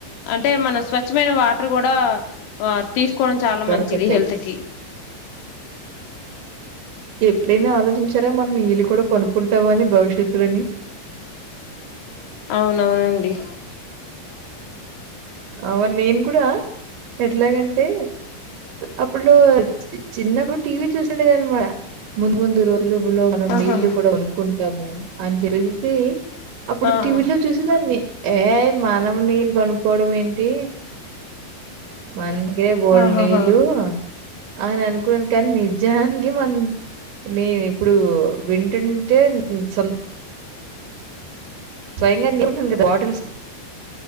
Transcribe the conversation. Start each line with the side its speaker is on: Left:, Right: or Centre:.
Left: అంటే మన స్వచ్ఛమైన వాటర్ గూడా తీసకోవడం చాల
Right: దొరకట్లేదు
Left: మంచిది హెల్త్కి
Right: ఎప్పుడైనా ఆలోచించారా మన్ నీళ్ళు కుడా కొనుక్కుంటావని భవిష్యత్తులోని
Left: అవునవునండి
Right: అవన్ నేను కూడా ఎట్లాగంటే అప్పుట్లో చిన్నప్పుడు టీవీ చూసుండేదనమాట ముందు ముందు రో సులుములో మనం
Left: ఆహా
Right: నీళ్లు కూడా గొనుక్కుంటాము. అన్ చెప్పేసేసి అప్పుడు
Left: ఆహా
Right: టీవీలో చూసేదాన్ని. ఏ మనం నీళ్ళు గొనుక్కోడం ఏంటి మనకే బోల్
Left: ఆహాహా
Right: నీళ్ళు అని అనుకున్న్ కానీ నిజానికి మన్ నేన్ ఇప్పుడు వింటుంటే సొన్ స్వయంగా <inaudible> గదా వాటిల్స్